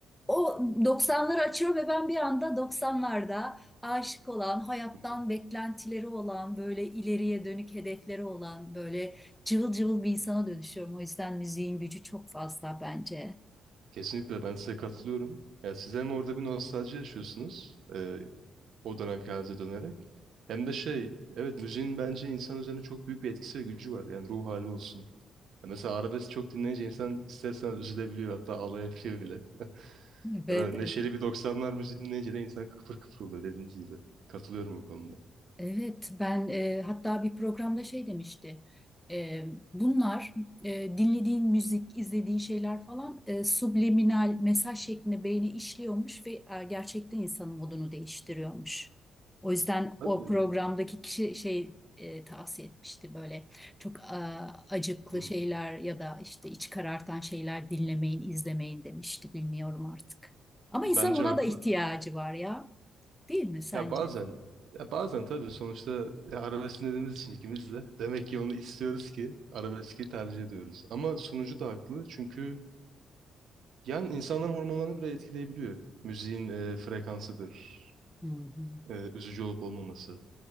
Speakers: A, in the centre; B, on the right (about 70°).
A: o 90'ları açıyor ve ben bir anda 90'larda aşık olan, hayattan
B: Hı hı.
A: beklentileri olan, böyle ileriye dönük hedefleri olan, böyle cıvıl cıvıl bir insana dönüşüyorum. O yüzden müziğin gücü çok fazla bence.
B: Kesinlikle ben size katılıyorum. Yani siz hem orada bir nostalji yaşıyorsunuz e, o dönemki halinize dönerek. Hem de şey, evet müziğin bence insan üzerine çok büyük bir etkisi ve gücü var. Yani ruh hali olsun. Ya Mesela arabesk çok dinleyince insan istersen üzülebiliyor hatta ağlayabiliyor bile.
A: Evet,
B: Ya da neşeli
A: evet.
B: bir doksanlar müziği dinleyince de insan kıpır kıpır oluyor dediğiniz gibi. Katılıyorum bu konuda.
A: Evet, ben e, hatta bir programda şey demişti. E, bunlar e, dinlediğin müzik, izlediğin şeyler falan e, subliminal mesaj şeklinde beyni işliyormuş ve e, gerçekten insanın modunu değiştiriyormuş. O yüzden
B: Tabii.
A: o programdaki kişi şey e, tavsiye etmişti böyle çok e, acıklı
B: Hı.
A: şeyler ya da işte iç karartan şeyler dinlemeyin, izlemeyin demişti. Bilmiyorum artık. Ama
B: Bence
A: insan ona
B: haklı.
A: da ihtiyacı var ya, değil mi sence?
B: Ya bazen ya bazen tabii sonuçta ya arabesk dinlediğimiz için ikimiz de demek ki onu istiyoruz ki arabeski tercih ediyoruz. Ama sunucu da haklı çünkü yani insanların hormonlarını bile etkileyebiliyor. Müziğin e, frekansıdır,
A: Hı hı.
B: e, üzücü olup olmaması.